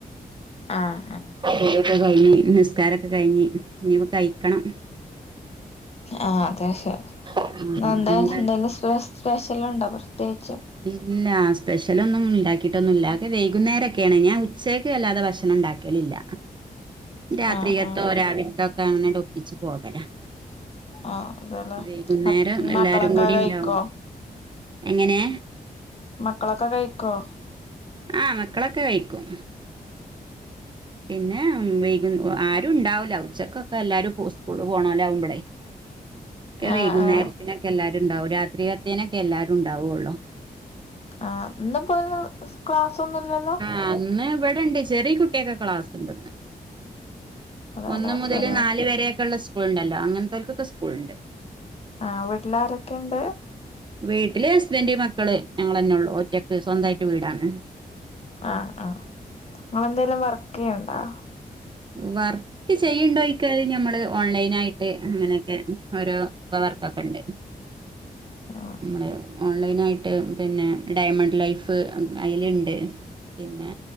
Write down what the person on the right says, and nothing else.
കുളിയൊക്കെ കഴിഞ്ഞ് നിസ്കാരൊക്കെ കഴിഞ്ഞ് ഇനി ഇപ്പാ കഴിക്കണം
ആഹ്
എന്താ
ഇല്ല സ്പെഷ്യലൊന്നും ഉണ്ടാക്കിയിട്ടൊന്നുല്ല അതൊക്കെ വൈകുന്നേരംക്കെണ് ഞാൻ ഉച്ചയ്ക്ക് വല്ലാതെ ഭക്ഷണം ണ്ടാ ക്കലില്ല
രാത്രികത്തോ
രാവിലത്തോ ഒക്കെ അങ്ങനെട് ഒപ്പിച്ച് പോകല
വൈകുന്നേരം
എല്ലാരും കൂടി
ഉണ്ടാവുമ്പോ എങ്ങനെ
ആഹ് മക്കളൊക്കെ കഴിക്കും പിന്നെ ഉം വൈകുന് ആരും ഉണ്ടാവൂല ഉച്ചക്കൊക്കെ എല്ലാരും പോ സ്കൂള് പോണോൽ ആവുമ്പളേ ഒക്കെ
വൈകുന്നേരത്തിനൊക്കെ
എല്ലാരും ഉണ്ടാവും രാത്രികത്തേനൊക്കെ എല്ലാരും ഉണ്ടാവൊള്ളൂ
ആഹ് ഇന്ന് ഇവിടെണ്ട് ചെറിയ കുട്ടിയേക്ക്‌ ഒക്കെ ക്ലാസ്ണ്ട്ന്ന്
ഒന്ന് മുതൽ
നാല് വരെയൊക്കെയുഉള്ള സ്കൂൾ ഉണ്ടല്ലോ അങ്ങനത്തോൽക്കൊക്കെ സ്കൂൾണ്ട്
വീട്ടില് ഹസ്ബന്റ് മക്കള് ഞങ്ങളെന്നെ ഒള്ളു ഒറ്റക്ക് സ്വന്തയിട്ട് വീടാണ്
വർ ക്ക്‌ ചെയ്യ്ണ്ടോയിക്കാണേൽ ഞമ്മള് ഓൺലൈൻ ആയിട്ട് അങ്ങനെയൊക്കെ ഓരോ വർക്കൊക്കെ ഉണ്ട്
നമ്മൾ ഓൺലൈൻ ആയിട്ട് പിന്നെ ഡയമണ്ട് ലൈഫ് അയില്ണ്ട് പിന്നെ